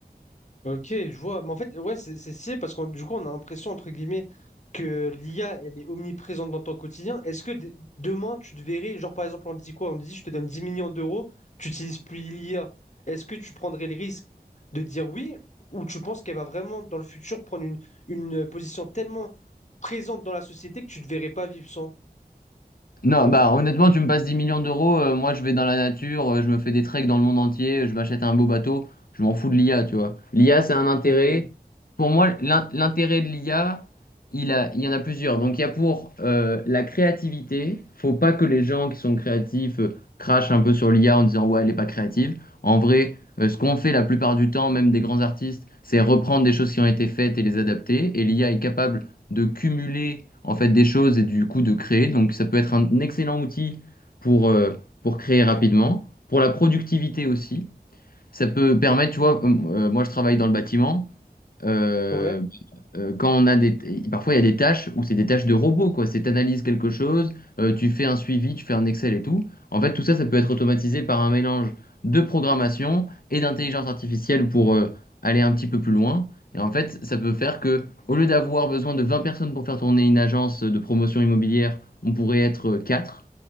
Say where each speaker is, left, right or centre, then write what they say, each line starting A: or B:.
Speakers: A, on the left; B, on the left.
A: Ok, je vois. Mais en fait, ouais, c'est c'est stylé parce qu'on du coup, on a l'impression, entre guillemets, que l'IA, elle est omniprésente dans ton quotidien. Est-ce que d- demain, tu te verrais, genre par exemple, on te dit quoi? On te dit, je te donne 10 millions d'euros, tu n'utilises plus l'IA. Est-ce que tu prendrais le risque de dire oui ou tu penses qu'elle va vraiment, dans le futur, prendre une, une position tellement présente dans la société que tu ne te verrais pas vivre sans?
B: Non, bah honnêtement, tu me passes 10 millions d'euros, euh, moi je vais dans la nature, euh, je me fais des treks dans le monde entier, je m'achète un beau bateau, je m'en fous de l'IA, tu vois. L'IA, c'est un intérêt.
A: Ok.
B: Pour moi, l'in- l'intérêt de l'IA, il a, il y en a plusieurs. Donc il y a pour euh, la créativité, faut pas que les gens qui sont créatifs euh, crachent un peu sur l'IA en disant ouais, elle est pas créative. En vrai, euh, ce qu'on fait la plupart du temps, même des grands artistes, c'est reprendre des choses qui ont été faites et les adapter. Et l'IA est capable de cumuler en fait des choses et du coup de créer. Donc ça peut être un excellent outil pour, euh, pour créer rapidement, pour la productivité aussi. Ça peut permettre, tu vois, euh, euh, moi je travaille dans le bâtiment. Euh,
A: Ouais.
B: euh, quand on a des, parfois il y a des tâches où c'est des tâches de robot, quoi. C'est analyse quelque chose, euh, tu fais un suivi, tu fais un Excel et tout. En fait, tout ça, ça peut être automatisé par un mélange de programmation et d'intelligence artificielle pour euh, aller un petit peu plus loin. Et en fait, ça peut faire que, au lieu d'avoir besoin de 20 personnes pour faire tourner une agence de promotion immobilière, on pourrait être euh, 4